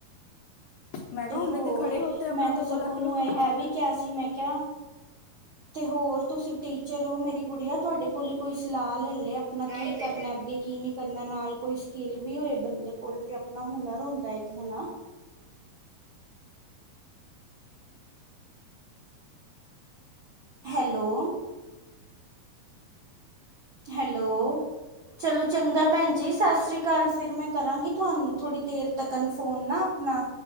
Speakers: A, on the left; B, on the right.
A: ਮੈਂ
B: ਤੇ
A: ਕਿਹਾ ਉਹਨੇ
B: ਹੋਰ
A: ਖੜੇ ਖਲੋਤੇ ਆਪਣਾ
B: ਮੈਂ ਤਾਂ
A: ਦੋ
B: ਸਗੋਂ
A: ਲੱਖ
B: ਉਹਨੂੰ
A: ਰੁਪਇਆ
B: ਇਹ
A: ਕਮਾ ਲਿਆ
B: ਵੀ ਕਿਹਾ ਸੀ ਮੈਂ ਕਿਹਾ ਤੇ ਹੋਰ ਤੁਸੀਂ ਟੀਚਰ ਹੋ ਮੇਰੀ ਗੁੜੀਆ ਤੁਹਾਡੇ ਕੋਲ ਹੀ ਕੋਈ ਸਲਾਹ ਲੈ ਲਏ ਆਪਣਾ ਕੀ ਕਰਨਾ ਅੱਗੇ ਕੀ ਨੀ ਕਰਨਾ ਨਾਲ ਕੋਈ ਸਕਿੱਲ ਵੀ ਹੋਏ ਬੰਦੇ ਕੋਲ ਤੇ ਆਪਣਾ ਹੁਨਰ ਹੁੰਦਾ ਇੱਕ ਹਨਾ। ਹੈਲੋ, ਹੈਲੋ, ਚਲੋ ਚੰਗਾ ਭੈਣ ਜੀ ਸਤਿ ਸ੍ਰੀ ਅਕਾਲ ਫਿਰ ਮੈਂ ਕਰਾਂਗੀ ਤੁਹਾਨੂੰ ਥੋੜ੍ਹੀ ਦੇਰ ਤੱਕਨ ਫੋਨ ਨਾ ਆਪਣਾ